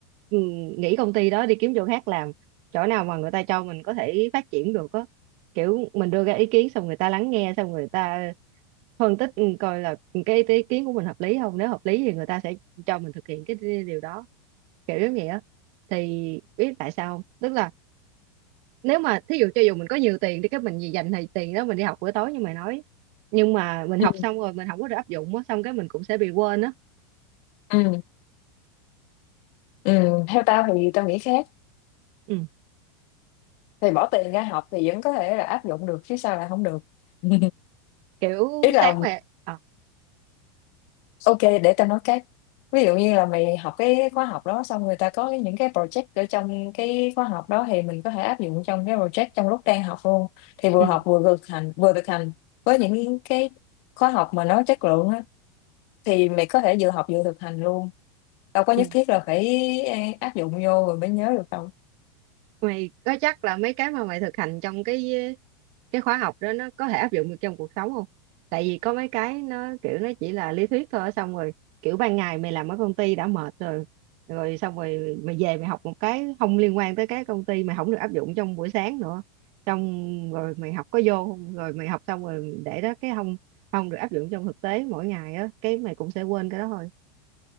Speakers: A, on the right; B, on the left.
A: ừm, nghỉ công ty đó đi kiếm chỗ khác làm chỗ nào mà người ta cho mình có thể phát triển được á kiểu mình đưa ra ý kiến xong người ta lắng nghe xong người ta phân tích ừ, coi là cái ý kiến của mình hợp lý không nếu hợp lý thì người ta sẽ cho mình thực hiện cái điều đó kiểu giống vậy á thì biết tại sao không tức là nếu mà thí dụ cho dù mình có nhiều tiền đi cái mình gì dành thì tiền đó mình đi học bữa tối như mày nói nhưng mà mình
B: ừ
A: học xong rồi mình không có được áp dụng á xong cái mình cũng sẽ bị quên á
B: ừ ừ theo tao thì tao nghĩ khác
A: ừ.
B: thì bỏ tiền ra học thì vẫn có thể là áp dụng được chứ sao là không được <laughs>
A: kiểu
B: ý là
A: sáng về ờ
B: ok để tao nói cái ví dụ như là mày học cái khóa học đó xong người ta có cái- những cái project ở trong cái khóa học đó thì mình có thể áp dụng trong cái project trong lúc đang học luôn thì vừa
A: ừ.
B: học vừa thực hành vừa thực hành với những cái khóa học mà nó chất lượng á thì mày có thể vừa học vừa thực hành luôn đâu có nhất
A: ừ.
B: thiết là phải áp dụng vô rồi mới nhớ được đâu
A: mày có chắc là mấy cái mà mày thực hành trong cái cái khóa học đó nó có thể áp dụng được trong cuộc sống không tại vì có mấy cái nó kiểu nó chỉ là lý thuyết thôi xong rồi kiểu ban ngày mày làm ở công ty đã mệt rồi rồi xong rồi mày về mày học một cái không liên quan tới cái công ty mày không được áp dụng trong buổi sáng nữa xong rồi mày học có vô không rồi mày học xong rồi để đó cái không không được áp dụng trong thực tế mỗi ngày á cái mày cũng sẽ quên cái đó thôi